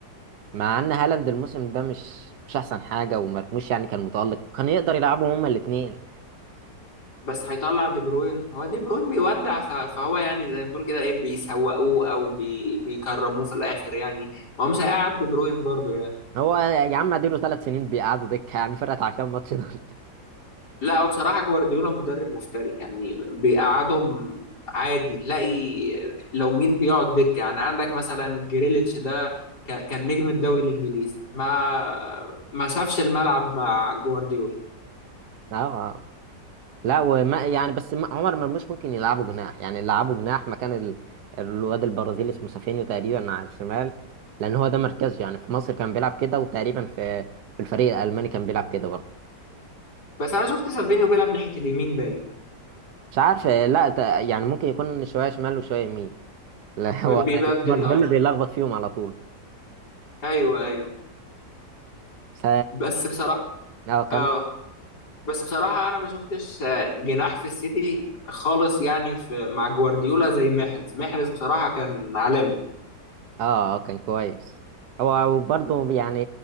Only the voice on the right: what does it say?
مع ان هالاند الموسم ده مش مش احسن حاجه ومرموش يعني كان متالق كان يقدر يلعبهم هما الاثنين
هو يا عم اديله ثلاث سنين بيقعدوا دكه يعني فرقت على كام ماتش دول <laughs>
اه لا وما يعني بس ما- عمر مرموش ممكن يلعبه جناح يعني يلعبه جناح مكان ال... الواد البرازيلي اسمه سافينيو تقريبا على الشمال لان هو ده مركزه يعني في مصر كان بيلعب كده وتقريبا في في الفريق الالماني كان بيلعب كده برضه
مش عارف لا ت- يعني ممكن يكون شويه شمال وشويه يمين لا هو <laughs>
الاسمر
ده اللي بيلخبط فيهم على طول
ف
اه كان
اه اه كان كويس هو وبرضه يعني